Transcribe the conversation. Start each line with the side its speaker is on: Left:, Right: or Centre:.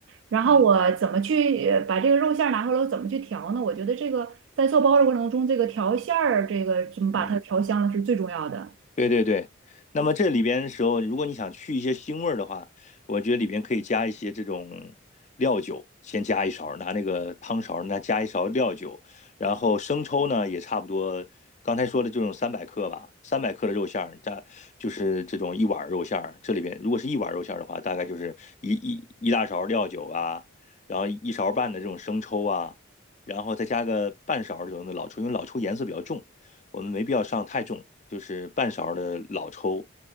Right: 然后我怎么去呃把这个肉馅儿拿回来，
Left: 嗯
Right: 我怎么去调呢？我觉得这个在做包的过程中，这个调馅儿，这个怎么把它调香了是最重要的。
Left: 嗯，对对对，那么这里边的时候，如果你想去一些腥味儿的话，我觉得里边可以加一些这种料酒，先加一勺儿拿那个汤勺儿，那加一勺料酒，然后生抽呢也差不多，刚才说的这种三百克吧，三百克的肉馅儿，大就是这种一碗儿肉馅儿，这里边如果是一碗儿肉馅儿的话，大概就是一一一大勺料酒啊，然后一勺半的这种生抽啊，然后再加个半勺儿这种的老抽，因为老抽颜色比较重。我们没必要上太重，就是半勺的老抽，